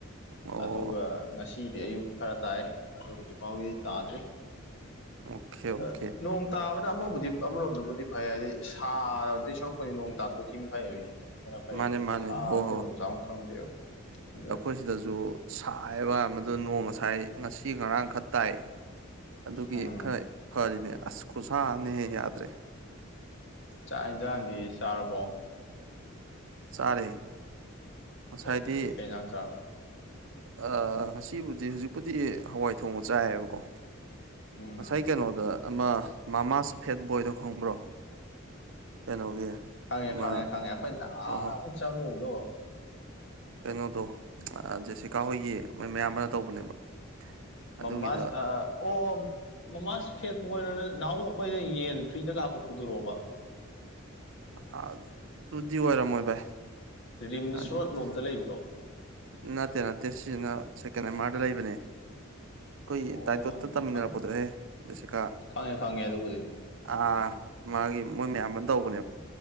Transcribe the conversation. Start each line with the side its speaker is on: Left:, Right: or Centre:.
Right: ꯑꯣ
Left: ꯑꯗꯨꯒ ꯉꯁꯤꯗꯤ ꯑꯌꯨꯛ ꯈꯔ ꯇꯥꯏ ꯑꯗꯨ ꯍꯧꯖꯤꯛ ꯐꯥꯎꯒꯤꯗꯤ ꯇꯥꯗ꯭ꯔꯤ
Right: ꯑꯣꯀꯦ ꯑꯣꯀꯦ
Left: ꯍꯣꯏ ꯅꯣꯡ ꯇꯥꯕꯅ ꯑꯃꯕꯨꯗꯤ ꯑꯃꯔꯣꯝꯗꯕꯨꯗꯤ ꯐꯩ ꯍꯥꯏꯗꯤ ꯁꯥꯗꯨꯏ ꯁꯔꯨꯛꯄꯨꯗꯤ ꯅꯣꯡ ꯇꯥꯊꯣꯛꯈꯤꯕꯅ ꯐꯩ ꯑꯗꯨꯅ ꯐꯩꯕ
Right: ꯃꯥꯅꯦ ꯃꯥꯅꯦ
Left: ꯁꯥꯕꯖꯦ
Right: ꯍꯣꯏ
Left: ꯂꯩꯕꯝ ꯆꯥꯕꯝ ꯈꯪꯗꯦꯕ ꯑꯗꯨꯏ
Right: ꯑꯁꯤꯗꯖꯨ ꯁꯥꯏꯕ ꯌꯥꯝ ꯑꯗꯨ ꯅꯣꯡ ꯉꯁꯥꯏ ꯉꯁꯤ ꯉꯔꯥꯡꯈꯛ ꯇꯥꯏ ꯑꯗꯨꯒꯤ
Left: ꯎꯝ
Right: ꯈꯔ ꯐꯔꯤꯅꯦ ꯑꯁ ꯈꯨꯁꯥꯑꯝꯅꯤꯍꯦ ꯌꯥꯗ꯭ꯔꯦ
Left: ꯆꯥꯛ ꯏꯟꯖꯥꯡꯗꯤ ꯆꯥꯔꯕꯣ
Right: ꯆꯥꯔꯦ ꯉꯁꯥꯏꯗꯤ
Left: ꯀꯩ ꯖꯥ ꯀꯩꯖꯥꯡ ꯆꯥꯔꯕꯥ
Right: ꯑꯥ ꯉꯁꯤꯕꯨꯗꯤ ꯍꯨꯖꯤꯛꯄꯨꯗꯤ ꯍꯋꯥꯏ ꯊꯣꯡꯕ ꯆꯥꯏꯌꯦꯕꯀꯣ
Left: ꯎꯝ
Right: ꯉꯁꯥꯏ ꯀꯩꯅꯣꯗ ꯑꯃ ꯃꯥꯃꯥꯁ ꯐꯦꯠ ꯕꯣꯏꯗꯣ ꯈꯪꯕ꯭ꯔꯣ ꯀꯩꯅꯣꯒꯤ
Left: ꯈꯪꯉꯦ
Right: ꯑꯃ
Left: ꯈꯪꯉꯦ ꯈꯪꯉꯦ ꯑꯩꯈꯣꯏ ꯅꯍꯥꯟ
Right: ꯍꯣꯏ ꯍꯣꯏ
Left: ꯃꯨꯛ ꯆꯪꯉꯨꯕꯗꯣ
Right: ꯀꯩꯅꯣꯗꯣ ꯑ ꯖꯦꯁꯤꯀꯥ ꯍꯣꯏꯒꯤ ꯃꯣꯏ ꯃꯌꯥꯝꯕꯅ ꯇꯧꯕꯅꯦꯕ ꯑꯗꯨꯒꯤꯗ
Left: ꯃꯝꯃꯥꯁ ꯑ ꯑ ꯑꯣ ꯃꯃꯥꯥꯁ ꯐꯦꯠ ꯄꯣꯏꯔ ꯅꯠ ꯅꯍꯥꯟꯃꯨꯛ ꯑꯩꯈꯣꯏꯗ ꯌꯦꯟ ꯐ꯭ꯔꯤꯗꯒ ꯍꯥꯞꯄꯛꯄꯗꯨꯔꯣꯕ
Right: ꯑ ꯑꯗꯨꯗꯤ ꯑꯣꯏꯔꯝꯃꯣꯏ ꯚꯥꯏ
Left: ꯔꯤꯝꯁ
Right: ꯑꯗꯨꯗꯤ
Left: ꯔꯣꯗ ꯂꯣꯝꯗ ꯂꯩꯕꯗꯣ
Right: ꯅꯠꯇꯦ ꯅꯠꯇꯦ ꯁꯤꯁꯤꯅ ꯁꯦꯀꯦꯟ ꯑꯦꯝ ꯃꯥꯔꯗ ꯂꯩꯕꯅꯦ ꯑꯩꯈꯣꯏꯒꯤ
Left: ꯑꯣ
Right: ꯇꯥꯏꯅꯤ ꯇꯣꯠꯇꯥ
Left: ꯑꯗꯨꯗꯤ
Right: ꯇꯝꯃꯤꯟꯅꯔꯛꯄꯗꯣꯍꯦ
Left: ꯈꯪꯗꯦ
Right: ꯖꯦꯁꯤꯀꯥ
Left: ꯈꯪꯉꯦ ꯈꯪꯉꯦ ꯑꯗꯨꯕꯨꯗꯤ
Right: ꯑꯥ ꯑꯥ ꯑꯥ ꯃꯥꯒꯤ ꯃꯣꯏ ꯃꯌꯥꯝ ꯕꯅ ꯇꯧꯕꯅꯦꯕ